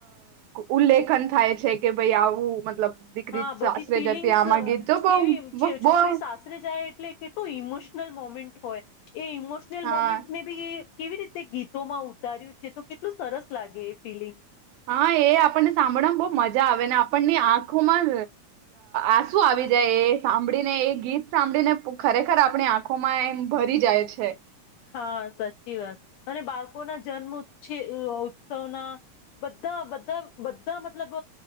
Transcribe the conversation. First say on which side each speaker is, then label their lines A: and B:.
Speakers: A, on the right (about 75°); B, on the left (about 80°).
A: ઉલ્લેખન થાય છે કે ભાઈ આવું મતલબ દીકરી
B: હા બધી
A: સાસરે
B: ફિલિંગ્સ
A: જતી આમાં ગીત તો બહુ
B: કેવી
A: બહુ
B: છોકરી
A: બહુ,
B: સાસરે જાય એટલે કેટલું ઇમોશનલ મોમેન્ટ હોય. એ ઇમોશનાલ
A: હા
B: મોમેન્ટ ને બી કેવી રીતે ગીતોમાં ઉતાર્યું છે તો કેટલું સરસ લાગે એ ફિલિમ
A: હા એ આપણને સાંભળવા બહુ મજા આવે ને આપણની આંખોમાં આંસુ આવી જાય એ સાંભળીને એ ગીત સાંભળીને ખરેખર આપણી આંખોમાં એમ ભરી જાય છે.
B: હા સાચી વાત અને બાળકોના જન્મ છે ઉત્સવના બધા બધા-બધા મતલબ